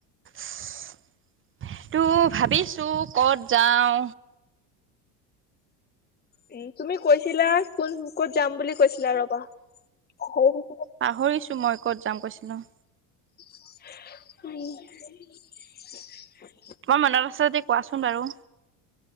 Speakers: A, on the right (about 25°); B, on the left (about 20°).
A: ', তো ভাবিছোঁ ক'ত যাওঁ।
B: উম, তুমি কৈছিলা কোন ক'ত যাম বুলি কৈছিলা ৰবা সৰু
A: পাহৰিছো মই ক'ত যাম কৈছো। ন
B: উম,
A: তোমাৰ মনত আছে যদি কোৱাচোন বাৰু।